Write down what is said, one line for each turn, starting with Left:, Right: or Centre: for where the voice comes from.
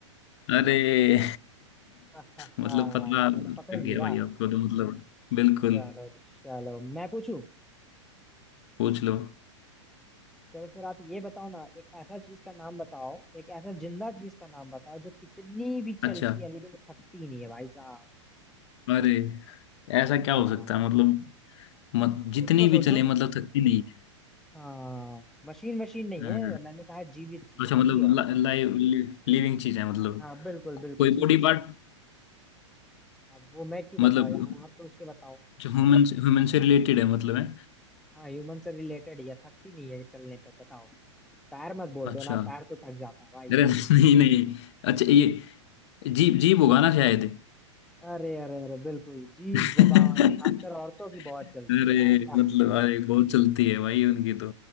Left: अरे <laughs>
Centre: आहाहा,
Left: मतलब पता
Centre: मैंने
Left: लग
Centre: पकड़ लिया
Left: गया भाई आपको तो मतलब बिल्कुल
Centre: चलो चलो मैं पूछूं
Left: पूछ लो
Centre: चलो फिर आप ये बताओ ना एक ऐसा चीज का नाम बताओ एक ऐसा जिंदा चीज का नाम बताओ जो कितनी भी
Left: अच्छा
Centre: चलती है लेकिन थकती नहीं है भाई साहब
Left: अरे ऐसा क्या
Centre: हाँ
Left: हो सकता है मतलब मत, जितनी
Centre: सोचो
Left: भी
Centre: सोचो
Left: चले मतलब थकती नहीं है
Centre: हाँ मशीन मशीन नहीं
Left: हाँ,
Centre: है मैंने कहा जीवित चीज
Left: अच्छा
Centre: है
Left: मतलब
Centre: ठीक है
Left: लाइव लिविंग चीज है मतलब
Centre: हाँ हाँ, बिल्कुल
Left: को-
Centre: बिल्कुल
Left: कोई बॉडी
Centre: जीवित
Left: पार्ट
Centre: है अब वो मैं क्यों
Left: मतलब
Centre: बताओ यार आप सोच के बताओ
Left: ह्यूमन ह्यूमन से रिलेटेड है मतलब है
Centre: हाँ ह्यूमन से रिलेटेड है थकती नहीं है चलने पर बताओ पैर मत बोल देना
Left: अच्छा
Centre: पैर तो थक जाता है भाई
Left: अरे <laughs> नहीं नहीं अच्छा ये जीप जीप होगा ना शायद
Centre: अरे अरे अरे बिल्कुल जीभ
Left: <laughs>
Centre: जबान खासकर औरतों की बहुत चलती
Left: अरे
Centre: है यार क्या
Left: मतलब अरे बहुत चलती है भाई उनकी तो